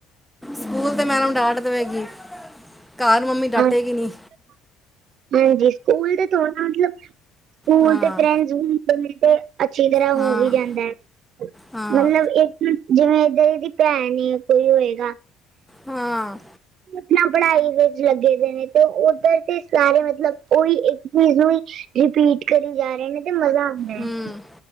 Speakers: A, in the centre; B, on the right (about 60°).
A: ਸਕੂਲ ਤੇ ਮੈਡਮ ਡਾਟ ਦਵੇਗੀ, ਘਾਰ ਮੰਮੀ ਡਾਟੇਗੀ
B: ਹਾਂ
A: ਨੀ।
B: ਹਾਂਜੀ। ਸਕੂਲ ਤੇ ਥੋੜੀ ਨਾ ਮਤਲਬ ਸਕੂਲ
A: ਹਾਂ
B: ਦੇ ਫਰੈਂਡ ਵੀ ਮਿਲਦੇ ਅੱਛੀ ਤਰ੍ਹਾਂ
A: ਹਾਂ
B: ਹੋ ਵੀ ਜਾਂਦੈ।
A: ਹਾਂ
B: ਮਤਲਬ ਏ ਜਿਵੇਂ ਏਧਰ ਏਦੀ ਭੈਣ, ਕੋਈ ਹੋਏਗਾ।
A: ਹਾਂ।
B: ਆਪਨਾ ਪੜਾਈ ਵਿੱਚ ਲੱਗੇ ਦੇ ਨੇ ਤੇ ਓਧਰ ਤੇ ਸਾਰੇ ਮਤਲਬ ਓਈ ਇੱਕ ਚੀਜ਼ ਨੂੰ ਈ ਰਿਪੀਟ ਕਰੀ ਜਾ ਰਹੇ ਨੇ ਤੇ ਮਜ਼ਾ ਆਂਦਾ
A: ਹੂੰ
B: ਐ।